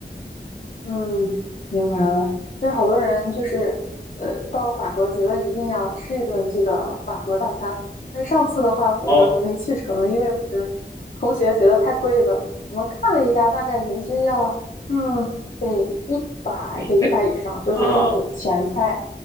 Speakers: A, on the left; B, on the left.
A: 嗯，明白了。就是好多人就是，呃，到了法国觉得一定要吃一顿这个法国大餐。但是上次的话，我们没去成，
B: 哦，
A: 因为我们同学觉得太贵了。我们看了一下，大概人均要，嗯，得一百，
B: 你那
A: 得一百以上，就是真的有前菜，
B: 啊哦